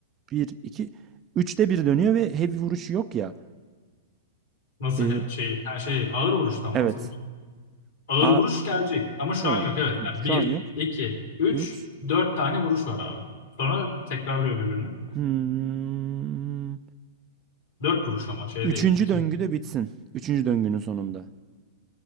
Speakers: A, on the right; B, on the left.
A: bir, iki, üçte bir dönüyor ve heavy vuruşu yok ya.
B: Nasıl
A: Ee,
B: he- şey her şey ağır vuruştan
A: evet.
B: bahsediyoruz. Ağır
A: A
B: vuruş gelecek ama şu
A: tamam.
B: an yok. Evet. Yani
A: Şu
B: bir,
A: an yok.
B: iki, üç,
A: 3.
B: dört tane vuruş var abi. Sonra tekrarlıyor birbirini.
A: hmm.
B: Dört vuruş ama şey
A: Üçüncü
B: değil. İki,
A: döngü de bitsin. Üçüncü döngünün sonunda.